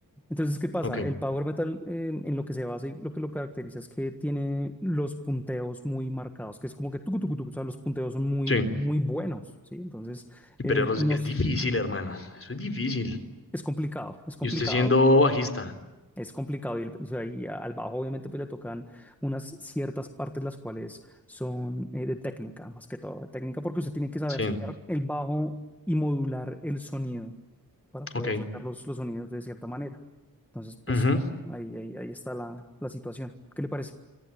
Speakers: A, in the centre; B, on the left.
A: Entonces, ¿qué pasa?
B: Ok,
A: El power metal eh, en, en lo que se basa y lo que lo caracteriza es que tiene los punteos muy marcados, que es como que tucu, tucu, tucu, o sea, los punteos son muy,
B: sí.
A: muy buenos, ¿sí? Entonces,
B: Y Pero
A: eh,
B: es
A: nos,
B: es difícil, hermano, eso es difícil.
A: es complicado, es complicado,
B: Y usted siendo bajista,
A: Es complicado y, el- y se- y al bajo obviamente pues le tocan unas ciertas partes las cuales son eh, de técnica, más que todo de técnica, porque usted tiene que saber
B: sí,
A: setear el bajo y modular el sonido para poder
B: ok.
A: sacar los, los sonidos de cierta manera. Entonces, pues
B: Ujú.
A: bueno, ahí, ahí, ahí está la, la situación. ¿Qué le parece?